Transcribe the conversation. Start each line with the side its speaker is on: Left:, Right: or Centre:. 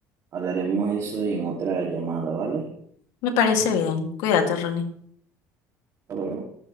Right: hablaremos eso en otra llamada, ¿vale?
Left: Me parece bien. Cuídate, Ronnie.
Right: Hasta luego.